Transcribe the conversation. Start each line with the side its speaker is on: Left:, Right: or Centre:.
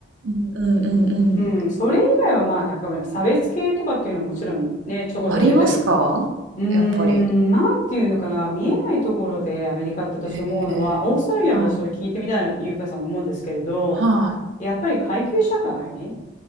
Right: うんうんうんうん。
Left: うん、それ以外はまあ中身は差別系とかっていうのはもちろんね、ちょこちょこ出たり、
Right: ありますか？
Left: うーん、
Right: やっぱり。
Left: なんていうのかな、見えないところでアメリカって私思うのは、
Right: へえ。
Left: オーストラリアも私ちょっと聞いてみたいなとゆうかさんの思うんですけれど、
Right: はい、はい。
Left: やっぱり階級社会、